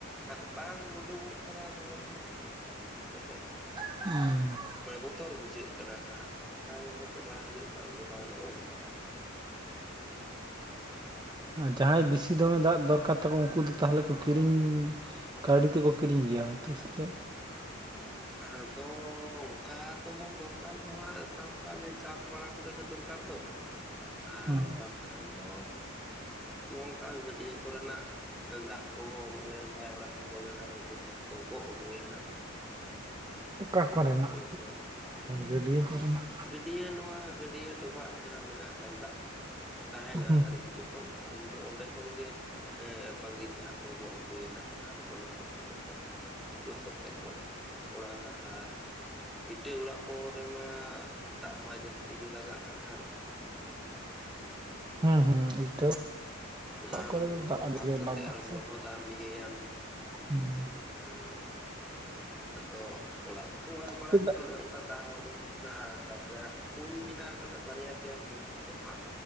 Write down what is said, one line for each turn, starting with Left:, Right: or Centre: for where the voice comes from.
Centre: ᱦᱟᱸᱜ ᱵᱟᱝ ᱩᱰᱩᱠᱚᱜ ᱠᱟᱱᱟ ᱛᱚ ᱚᱱᱟ ᱠᱚ ᱧᱮᱞ ᱠᱟᱛᱮᱫ
Right: <inaudible>
Centre: ᱢᱟᱱᱮ ᱵᱚᱛᱚᱨ ᱵᱩᱡᱷᱟᱹᱜ ᱠᱟᱱᱟ ᱦᱟᱸᱜ ᱵᱟᱝ ᱫᱚ ᱠᱚᱨᱟᱣ ᱦᱩᱭᱩᱜ ᱵᱟᱝ ᱫᱚ ᱵᱟᱝ ᱱᱚᱜᱼᱚ ᱱᱚᱝᱠᱟ ᱾
Right: ᱡᱟᱦᱟᱸᱭ ᱵᱮᱥᱤ ᱫᱚᱢᱮ ᱫᱟᱜ ᱫᱚᱨᱠᱟᱨ ᱛᱟᱠᱚ ᱩᱱᱠᱩ ᱫᱚ ᱛᱟᱦᱞᱮ ᱠᱚ ᱠᱤᱨᱤᱧ ᱠᱟᱹᱣᱰᱤ ᱛᱮᱠᱚ ᱠᱤᱨᱤᱧ ᱜᱮᱭᱟ ᱦᱚᱭ ᱛᱚ ᱥᱮ ᱪᱮᱫ?
Centre: ᱟᱫᱚ ᱚᱝᱠᱟ ᱫᱚ ᱦᱟᱸᱜ ᱫᱚᱨᱠᱟᱨ ᱫᱚ ᱦᱟᱸᱜ ᱥᱟᱵ ᱠᱟᱜ ᱢᱮ ᱪᱟᱥ ᱵᱟᱲᱟ ᱠᱚᱨᱮ ᱜᱮ ᱫᱚᱨᱠᱟᱨ ᱛᱚ ᱾ ᱟᱨ
Right: ᱦᱮᱸ
Centre: ᱵᱟᱝᱠᱷᱟᱱ ᱫᱚ ᱱᱚᱝᱠᱟ ᱜᱟᱹᱰᱭᱟᱹ ᱠᱚᱨᱮᱱᱟᱜ ᱫᱟᱜ ᱠᱚᱦᱚᱸ ᱢᱟᱱᱮ ᱡᱟᱦᱟᱸᱭ ᱚᱲᱟᱜ ᱠᱚᱠᱚ ᱵᱮᱱᱟᱣᱟ ᱩᱱᱠᱩ ᱫᱚ ᱦᱟᱸᱜ ᱠᱚ ᱜᱚᱜ ᱟᱹᱜᱩᱭᱟ ᱦᱟᱸᱜ ᱾
Right: ᱚᱠᱟ ᱠᱚᱨᱮᱱᱟᱜ
Centre: ᱠᱷᱚᱱ
Right: ᱜᱟᱹᱰᱭᱟᱹ ᱠᱚᱨᱮᱱᱟᱜ
Centre: ᱜᱟᱹᱰᱭᱟᱹ ᱱᱚᱣᱟ ᱜᱟᱹᱰᱭᱟᱹ ᱰᱚᱵᱷᱟᱜ ᱡᱟᱦᱟᱸ ᱢᱮᱱᱟᱜ ᱟᱠᱟ ᱫᱟᱜ ᱛᱟᱦᱮᱱᱟ
Right: ᱦᱩᱸ
Centre: ᱟᱨ ᱠᱤᱪᱷᱩ <unintelligible> ᱩᱱ ᱫᱚ ᱚᱸᱰᱮ ᱠᱷᱚᱱ ᱜᱮ ᱮᱸᱻ ᱵᱟᱹᱜᱤ ᱛᱮ ᱦᱟᱸᱜ ᱠᱚ ᱜᱚᱜ ᱟᱹᱜᱩᱭᱟ ᱦᱟᱸᱜ ᱟᱨ ᱠᱚ ᱞᱚᱥᱚᱫ ᱠᱟᱛᱮᱜ ᱠᱚ ᱞᱚᱥᱚᱫ ᱛᱮ ᱠᱚ ᱚᱲᱟᱜᱟ ᱟᱨ ᱤᱴᱟᱹ ᱚᱲᱟᱜ ᱠᱚ ᱨᱮᱢᱟ ᱫᱟᱜ ᱢᱟᱭ ᱡᱟᱹᱥ ᱛᱤ ᱜᱮ ᱞᱟᱜᱟᱜᱼᱟ ᱦᱟᱸᱜ ᱠᱷᱟᱱ ᱾
Right: ᱦᱩᱸ ᱦᱩᱸ <unintelligible>
Centre: ᱚᱱᱟ
Right: ᱚᱲᱟᱜ ᱠᱚᱨᱮ ᱫᱚ
Centre: ᱞᱚᱦᱚᱫ
Right: ᱫᱟᱜ ᱟᱹᱰᱤ
Centre: ᱠᱟᱸᱛ
Right: ᱜᱮ
Centre: ᱠᱟᱛᱮ
Right: ᱞᱟᱜᱟᱜᱼᱟ
Centre: ᱟᱨᱦᱚᱢ
Right: ᱥᱮ
Centre: ᱞᱚᱦᱚᱫᱟ ᱤᱭᱟᱹᱭᱟᱢ
Right: <unintelligible>
Centre: ᱦᱮᱸ ᱟᱫᱚ ᱚᱲᱟᱜ ᱫᱚᱠᱚ ᱚᱲᱟᱜ ᱵᱟᱲᱟᱭ
Right: ᱪᱮᱫᱟᱜ
Centre: ᱚᱱᱮ ᱚᱱᱠᱟ ᱫᱟᱜ ᱦᱚᱸ ᱩᱰᱩᱠ ᱚᱱᱟ ᱛᱟᱯᱚᱨᱮ ᱦᱟᱸᱜ ᱠᱩᱧ ᱢᱮᱱᱟᱜ ᱟᱫᱚ ᱵᱟᱨᱭᱟ ᱯᱮᱭᱟ ᱠᱩᱧ ᱨᱮᱫᱚ ᱦᱟᱸᱜ